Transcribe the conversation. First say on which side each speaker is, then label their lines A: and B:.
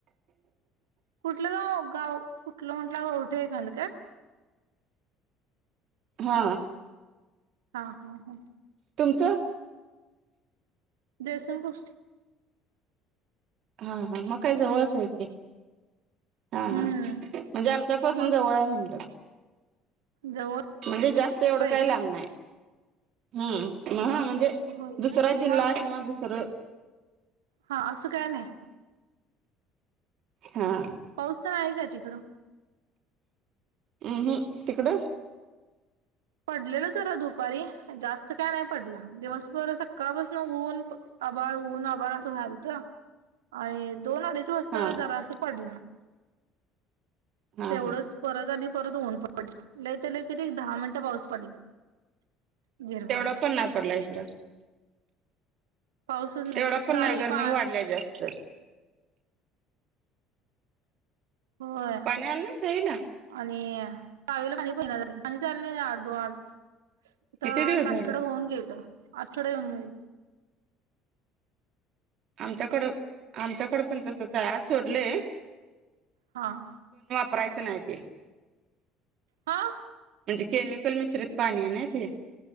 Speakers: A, on the right; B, on the right.
A: कुठलं गाव गाव कुठलं म्हंटलं ग उठे एखाद काय
B: हा
A: हा हा हा
B: तुमचं
A: देसन क
B: हा हा मग काय जवळचयेतय हा
A: हम्म
B: हा म्हणजे आमच्यापासून
A: मग
B: जवळ आहे म्हणत
A: जवळ
B: म्हणजे जास्त एवढं
A: होय
B: काही
A: का
B: लांब नाही हम् म्हणजे
A: होय
B: दुसरा
A: का
B: जिल्हा
A: मग
B: किंवा दुसरं
A: हा असं काय नाही
B: हा
A: पाऊस तर आहे का तिकडं
B: हम्म हम् तिकड
A: पडलेलं जरा दुपारी जास्त काय नाही पडला दिवसभर सकाळ पासून ऊन आबाळ ऊन आबाळ असं घालत आणि दोन अडीच वाजता
B: हा
A: जरा असं पडलं
B: हा
A: तेवढंच
B: हा
A: परत आणि परत ऊन पडलं ल ते ल क दहा मिनिटं पाऊस पडला झिरमाट
B: तेवढा पण नाही पडला इकडं
A: पाऊसच
B: तेवढा पण
A: चावीला
B: नाही गरमी
A: पा
B: वाढल्या जास्त
A: होय
B: पाणी आलं नाही जाईला
A: आणि पावेला पाणी पहिना पाणी चाल नाही अडदू आडथ
B: किती दिवस
A: एक
B: झालं
A: आष्टवडं होऊन गेलं अठवड होन
B: आमच्याकडं आमच्याकडं पण तसच आज सोडलेय
A: हा
B: प्रयसनऐतीे
A: हा
B: म्हणजे केमिकल मिश्रित पाणी आहे ना ते